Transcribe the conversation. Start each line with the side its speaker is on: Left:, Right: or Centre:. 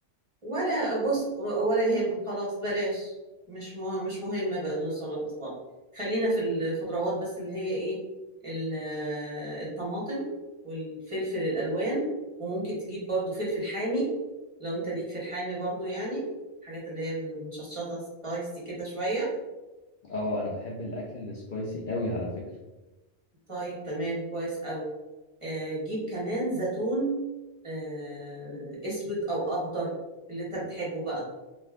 Right: ولا بص ولا يهمك خلاص بلاش مش مه... مش مهم بقدونس ولا كزبره خلينا في الخضروات بس اللي هي ايه ال- الطماطم والفلفل الالوان وممكن تجيب برضو فلفل حامي لو انت ليك في الحامي برضو يعني الحاجات اللي هي المشطشطه سبايسي كده شويه
Left: اه انا بحب الاكل السبايسي قوي على فكرة
Right: طيب تمام كويس أوي آه، جيب كمان زيتون آه، اسود او اخضر اللي انت بتحبه بقى